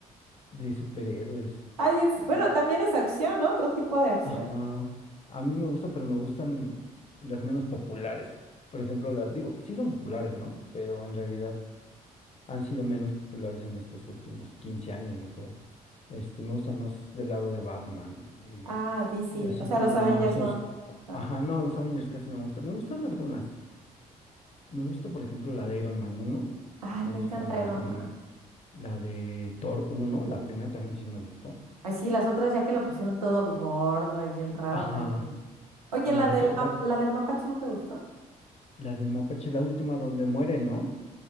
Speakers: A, on the left (about 35°); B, on the right (about 85°).
A: de superhéroes.
B: Ay, es,
A: Y-
B: bueno, también es acción, ¿no? Otro tipo de acción.
A: Ajá, a mí me gusta, pero me gustan las menos populares. Por ejemplo, las, digo, sí son populares, ¿no? Pero en realidad han sido menos populares en estos últimos 15 años, yo creo. Este, me gustan más del lado de Batman y,
B: Ah, DC,
A: y así
B: o sea,
A: como
B: los
A: más
B: Avengers
A: os...
B: no tanto.
A: Ajá, no, los Avengers casi no me gustan. Me gustan algunas. Me gusta, por ejemplo, la de Iron Man uno.
B: Ay,
A: Me
B: me
A: gusta
B: encanta
A: la
B: Iron
A: de
B: Man.
A: la de Thor uno, la primera también sí me gustó.
B: Ay, sí, las otras ya que lo pusieron todo gordo y bien raro.
A: Ajá,
B: ay. no. Oye,
A: la
B: la
A: del
B: del,
A: Capitán,
B: map- la del mapache no te gustó?
A: la del Mapache, la última donde muere, ¿no?